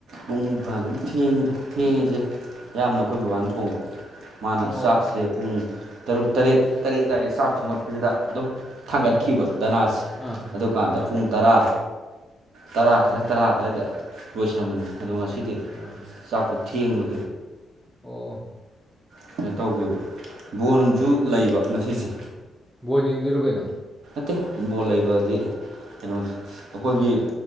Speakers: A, on the right; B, in the centre.
A: ꯅꯣꯡ ꯐꯅ ꯑꯗꯨꯝ ꯊꯦꯡꯉꯤꯗ ꯊꯦꯡꯉꯤꯁꯦ ꯌꯥꯝꯅ ꯑꯩꯈꯣꯏ ꯕꯕꯥꯅ ꯊꯣꯡꯕ ꯃꯥꯅ
B: ꯑꯣ
A: ꯆꯥꯛꯁꯦ ꯄꯨꯡ ꯇꯔꯨꯛ ꯇꯔꯦꯠ ꯇꯔꯦꯠ ꯑꯗꯨꯋꯥꯏꯗ ꯆꯥꯛ ꯊꯣꯡꯒꯠꯄꯁꯤꯗ ꯑꯗꯨꯝ ꯊꯥꯡꯒꯠꯈꯤꯕ
B: ꯑꯣ ꯑꯥ
A: ꯗꯅꯥꯁ
B: ꯑꯥ
A: ꯑꯗꯨꯀꯥꯟꯗ
B: ꯑꯥ
A: ꯄꯨꯡ ꯇꯔꯥ ꯇꯔꯥ ꯈꯔ ꯇꯔꯥ ꯑꯗꯨꯋꯥꯏꯗ ꯂꯣꯏꯁꯟꯕꯅꯤ ꯑꯗꯣ ꯉꯁꯤꯗꯤ
B: ꯑꯥ
A: ꯆꯥꯛꯄꯨ ꯊꯡ ꯂ
B: ꯑꯣ
A: ꯀꯩꯅ ꯇꯧꯦꯈꯤꯕ ꯕꯣꯟꯁꯨ ꯂꯩꯕ ꯉꯁꯤꯁꯦ
B: ꯕꯣ ꯌꯦꯡꯗꯣꯏꯔꯣ ꯀꯩꯅꯣ
A: ꯐꯠꯇꯦ ꯕꯣꯜ ꯂꯩꯕꯗꯤ ꯀꯩꯅꯣ ꯑꯩꯈꯣꯏꯒꯤ